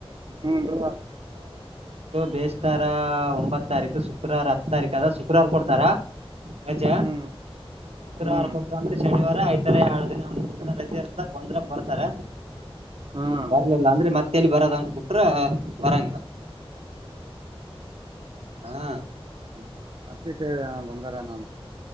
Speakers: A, on the right; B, on the right.
A: ಹ್ಮ್ ಬಿ
B: ಬೇಸ್ರ ಒಂಬತ್ತು ತಾರೀಕು ಶುಕ್ರವಾರ ಹತ್ತು ತಾರೀಕು ಕದಾ ಸಿ ಶುಕ್ರವಾರ ಕೊಡ್ತಾರ ಹೆಜ
A: ಹ್ಮ್
B: ಶುಕ್ರವಾರ
A: ಹ್ಮ್
B: ಕೊಟ್ರ ಅಂದ್ರೆ ಶನಿವಾರ ಐದು ತ ಎರಡ್ ದಿನ ಮೂರ್ ದಿನ ರಜೆ ಇರ್ತ ಬಂದ್ರ ಬರ್ತಾರ
A: ಹ್ಮ್
B: ಬರ್ಲಿಲ್ಲ ಅಂದ್ರೆ ಮತ್ತೇಲ್ಲಿ ಬರದ ಅಂತ ಬಿಟ್ಟು ಅ ಬರಂಗಿಲ್ಲ ಹಾ
A: ಅ ಅಡ್ಕಕ್ಕೆ ಬಂದಾರನಂತ